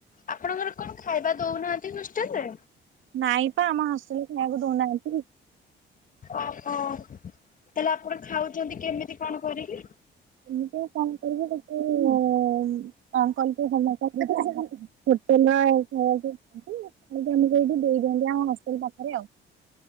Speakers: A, on the left (about 40°); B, on the right (about 80°).
A: ଆପଣଙ୍କର କଣ ଖାଇବା ଦଉନାହାନ୍ତି ହୋଷ୍ଟେଲ ରେ।
B: ନାଇଁ ପା ଆମ ହଷ୍ଟେଲ। ନଇବେ ଦେଉନାହାନ୍ତି।
A: ଓହୋ ତାହେଲେ ଆପଣ ଖାଉଛନ୍ତି କେମିତି କଣ କରିକି?
B: ଏମିତିଆଉ କଣ କରିବୁ କେତେ। <unintelligible> ଦେଇଦିଅନ୍ତି ଆମ ହଷ୍ଟେଲ ପାଖରେ।